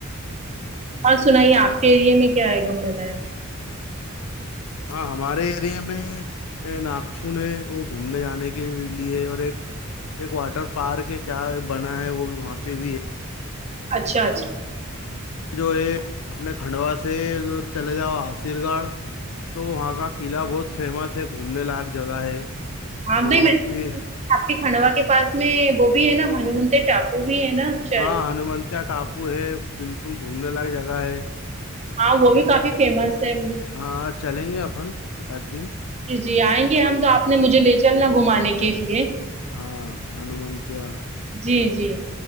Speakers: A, on the right; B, on the left.
A: اور سنائیے آپ کے ایریے میں کیا ہے گھومنے لائق
B: ہاں ہمارے ایریے میں ناکچن ہے وہ گھومنے جانے کے لیے اور ایک ایک واٹر پارک ہے کیا بنا ہے وہ بھی وہاں پہ بھی ہے
A: اچھا اچھا
B: جو ہے اپنے کھنڈوا سے ادھر چلے جاؤ آشر گنڑھ تو وہاں کا قلعہ بہت فیمس ہے گھومنے لائق جگہ ہے
A: ہاں نہیں
B: اور پھر
A: آپ کے کھنڈوا کے پاس میں وہ بھی ہے نا ہنومنتیا ٹاپو بھی ہے نا شاید
B: ہاں ہنومنتیا ٹاپو ہے بلکل گھومنے لائق جگہ ہے
A: ہاں وہ بھی کافی فیمس ہے
B: ہاں چلیں گے اپن ایک آدھ دن
A: جی جی آئیں گے ہم تو آپ نے مجھے لے چلنا گھمانے کے لیے
B: ہاں ہنومت <unintelligible>
A: جی جی